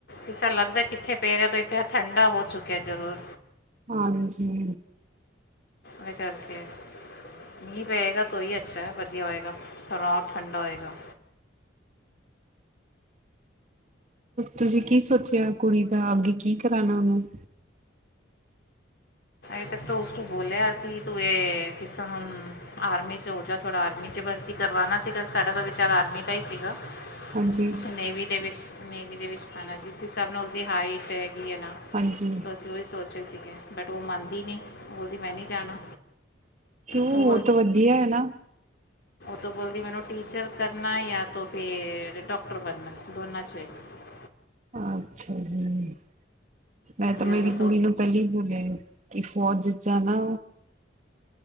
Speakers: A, on the left; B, on the right.
A: ਇਸ ਤਰਾ ਲੱਗਦਾ ਕਿੱਥੇ ਪੈ ਰਿਹਾ ਤੇ ਇਥੇ ਠੰਡਾ ਹੋ ਚੁਕਿਆ ਜਰੂਰ
B: ਹਾਂਜੀ।
A: ਤਾ ਕਰਕੇ ਮੀਂਹ ਪਏਗਾ ਤੋ ਹੀ ਅੱਛਾ ਵਧੀਆ ਹੋਏਗਾ। ਰਾਤ ਠੰਡਾ ਹੋਏਗਾ
B: ਤੁਸੀ ਕੀ ਸੋਚਿਆ ਕੁੜੀ ਦਾ ਅਗੇ ਕੀ ਕਰਾਨਾ ਉਹਨੂੰ
A: ਅਤੇ ਬੋਲਿਆ ਸੀ ਤੂੰ ਇਹ ਕਿਸ ਏਹ ਆਰਮੀ ਚ' ਹੋ ਜਾ ਥੋੜਾ ਆਰਮੀ ਚ' ਕਰਵਾਨਣਾ ਸੀਗਾ ਸਾਡਾ ਤਾਂ ਵਿਚਾਰ ਆਰਮੀ ਦਾ ਹੀ ਸੀਗਾ
B: ਹਾਂਜੀ
A: ਉਸ ਨੇਵੀ ਦੇ ਵਿਚ ਨੇਵੀ ਦੇ ਵਿਚ ਪਾਣਾ ਸੀ ਜਿਸ ਹਿਸਾਬ ਨਾਲ ਉਸਦੀ ਹਾਈਟ ਨਾ
B: ਹਾਂਜੀ
A: ਅਸੀ ਉਹੀ ਸੋਚੇ ਸੀਗੇ ਬਟ ਉਹ ਮੰਨਦੀ ਨਹੀ ਬੋਲਦੀ ਮੈਂ ਨਹੀ ਜਾਣਾ
B: ਉਹੋ
A: ਉਹ
B: ਤਾਂ ਵਧੀਆ ਹੈ। ਨਾ
A: ਤੋ ਬੋਲਦੀ ਮੈਨੂੰ ਟੀਚਰ ਕਰ ਨਾ ਯ ਤੋਂ ਫਿਰ ਡਾਕਟਰ ਬਣਨਾ ਦੋਨਾ ਵਿਚੋ ਇਕ
B: ਅੱਛਾ ਜੀ- ਮੈਂ ਤਾਂ
A: ਵੀ
B: ਮੇਰੀ
A: ਉਹ
B: ਕੁੜੀ ਨੂੰ ਪਹਿਲੀ ਹੀ ਬੋਲਿਆ ਕਿ ਫੋਜ ਜਾ ਨਾ